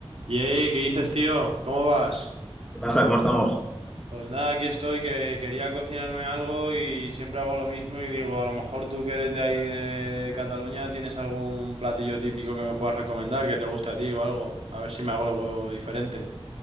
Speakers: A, on the right; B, in the centre.
A: Yey, ¿qué dices, tío? ¿Cómo vas?
B: ¿Qué pasa? ¿Cómo estamos?
A: Pues nada, aquí estoy, que quería cocinarme algo y siempre hago lo mismo y digo, a lo mejor tú que eres de ahí de Cataluña tienes algún platillo típico que me puedas recomendar, que te guste a ti o algo, a ver si me hago algo diferente.